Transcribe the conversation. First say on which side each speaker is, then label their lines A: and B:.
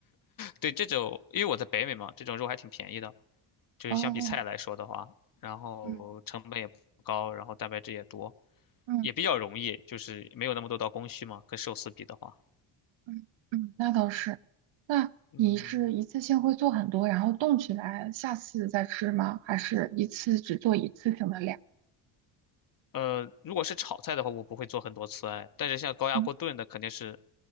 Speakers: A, on the left; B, on the right.
A: 对，这种因为我在北美嘛，这种肉还挺便宜的。就是相比菜来说的话，
B: 哦，
A: 然后成本也不高，
B: 嗯
A: 然后蛋白质也多，
B: 嗯
A: 也比较容易，就是没有那么多道工序嘛，跟寿司比的话。
B: 嗯嗯，那倒是。那你是一次性会做很多，
A: 嗯，
B: 然后冻起来，下次再吃吗？还是一次只做一次性的量？
A: 呃，如果是炒菜的话，我不会做很多次哎，但是像高压锅炖的肯定是
B: 嗯